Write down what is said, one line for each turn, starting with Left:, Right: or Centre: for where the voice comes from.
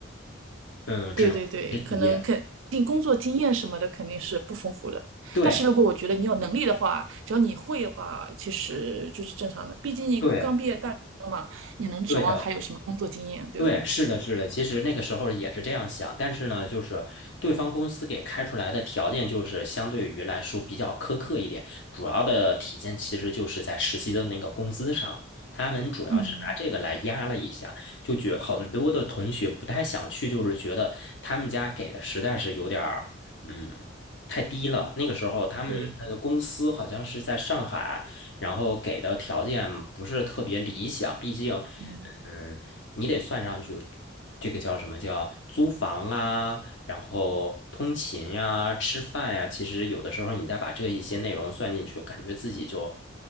Left: 嗯，
Right: 对对对，
Left: 只能实习。
Right: 可能肯定工作经验什么的肯定是不丰富的，
Left: 对
Right: 但是如果我觉得你有能力的话，只要你会的话，其实就是正常的，毕竟你刚毕业大学生嘛，
Left: 对
Right: 你能指望他有什么工作经验，
Left: 对的。
Right: 对吧？
Left: 对，是的，是的，其实那个时候也是这样想，但是呢，就是对方公司给开出来的条件就是相对于来说比较苛刻一点，主要的体现其实就是在实习的那个工资上，他们主要是拿这个来压了一下，
Right: 嗯，
Left: 就觉很多的同学不太想去，就是觉得他们家给的实在是有点儿，嗯，太低了。那个时候他们的公司好像是在上海，
Right: 对，
Left: 然后给的条件不是特别理想，毕竟。
Right: 嗯。
Left: 嗯，你得算上去，这个叫什么叫租房啊，然后通勤呀、吃饭呀、其实有的时候你再把这一些内容算进去，感觉自己就